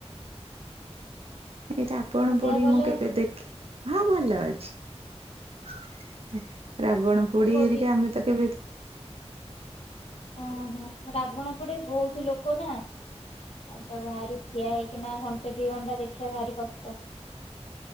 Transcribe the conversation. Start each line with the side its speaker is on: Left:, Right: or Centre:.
Right: ଏଟା ରାବଣ
Left: ଆଉ
Right: ପୋଡି
Left: ଦେହ ଭଲ
Right: ମୁଁ କେବେ
Left: ଅଛି?
Right: ଦେଖେ ହଁ ଭଲ ଅଛି। ରାବଣ ପୋଡି
Left: ଆଉ କୋଉଠି
Right: ହେରିକି ଆମେ ତ କେବେ
Left: ଓହୋ ରାବଣ ପଡେ ବହୁତ ଲୋକ ନା ଆଉ ତ ଭାରି ଠିଆ ହେଇକିନା ଘଣ୍ଟେ ଦି ଘଣ୍ଟା ଦେଖିବା ଭାରି କଷ୍ଟ।